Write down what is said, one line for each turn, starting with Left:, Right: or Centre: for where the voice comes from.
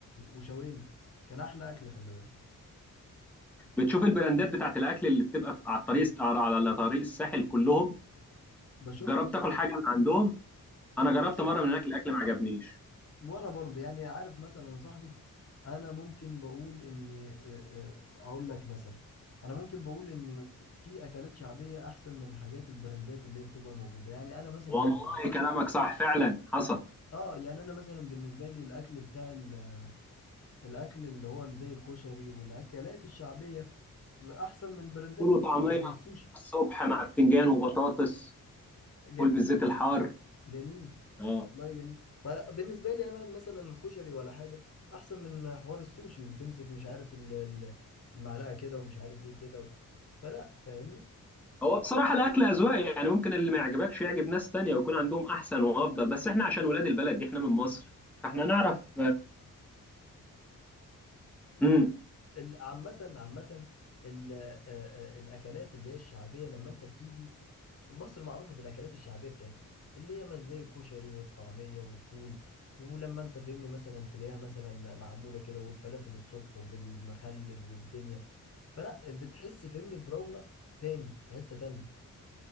Left: وشوينا كان احلى اكل خلي بالك
Centre: بتشوف البراندات بتاعت الاكل اللي بتبقى في... على الطريق على على طريق الساحل كلهم
Left: بشوفها
Centre: جربت تاكل حاجه من عندهم
Left: ب-
Centre: انا جربت
Left: بصراحة
Centre: مره من هناك الاكل ما عجبنيش
Left: وانا برضو يعني عارف مثلا يا صاحبي انا ممكن بقول اني آه، آه، اقول لك مثلا انا ممكن بقول ان في اكلات شعبية احسن من الحاجات البراندات اللي هي بتبقى موجودة يعني انا مثلا
Centre: والله
Left: بالنسبة لي
Centre: كلامك صح فعلا حصل
Left: اه يعني انا مثلا بالنسبة لي الاكل بتاع ال- الاكل اللي هو زي الكشري والاكلات الشعبية احسن من براندات
Centre: فول وطعميه
Left: كتير زي السوشي
Centre: الصبح مع بتنجان وبطاطس
Left: جميل
Centre: فول بالزيت الحار
Left: جميل
Centre: اه
Left: والله جميل فبالنسبه لي انا مثلا الكشري ولا حاجه احسن من حوار السوشي وتمسك مش عارف ال- ال- المعلقه كده ومش عارف ايه كده و... فلا فاهمني
Centre: هو بصراحة الأكل أذواق يعني ممكن اللي ما يعجبكش يعجب ناس تانية ويكون عندهم أحسن وأفضل بس إحنا عشان ولاد البلد دي إحنا من مصر فإحنا
Left: اه آه.
Centre: نعرف
Left: ال-
Centre: امم
Left: ال- عامة عامة ال- آه، آه، الأكلات اللي هي الشعبية لما أنت بتيجي مصر معروفة بالأكلات الشعبية بتاعتها اللي هي ما زي الكشري والطعمية والفول ولما أنت فهمني مثلا تلاقيها مثلا معمولة كده والفلافل الصبح وبالمخلل والدنيا فلا بتحس فهمني برونق تاني في حتة تانية